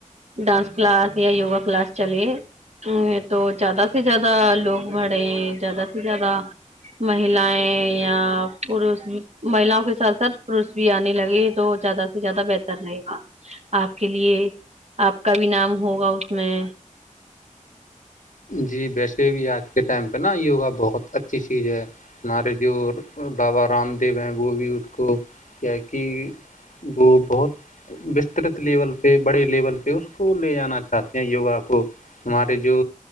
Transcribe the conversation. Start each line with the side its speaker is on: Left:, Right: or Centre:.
Right: ڈانس کلاس یا یوگا کلاس چلے تو زیادہ سے زیادہ لوگ بڑیں زیادہ زیادہ مہیلاائیں یا پوش بھی مہیلاؤں کے ساتھ ساتھ پوش بھی آنے لگے تو زیادہ سے زیادہ بہتر رہے گا آپ کے لیے آپ کا بھی نام ہوگا اس میں
Left: جی ویسے بھی آج کے ٹائم پہ نا یوگا بہت اچھی چیز ہے ہمارے جو بابا رام دیو ہیں وہ بھی اس کو کہ وہ بہت وسترت لیول پہ بڑے لیول پہ اس کو لے جانا چاہتے ہیں یوگا کو ہمارے جو